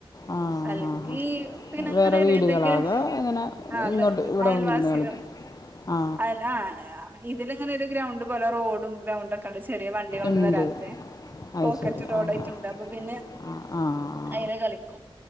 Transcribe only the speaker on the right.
അല്ല
ഈ പിണങ്ങ്ണ
നെന്തെങ്കിലും
ആ
വേ
അയൽവാസികൾ
അയല്ലാ ആഹ് ഇതിലങ്ങനെ ഗ്രൗണ്ട് പോലെ റോഡും ഗ്രൗണ്ടൊ ക്കതാ ചെറിയ വണ്ടികളൊന്നും
വരാ ത്തെ
പോക്കറ്റ്
റോഡായിട്ടുണ്ട്
അപ്പൊ പിന്നെ
അയിലെ കളിക്കും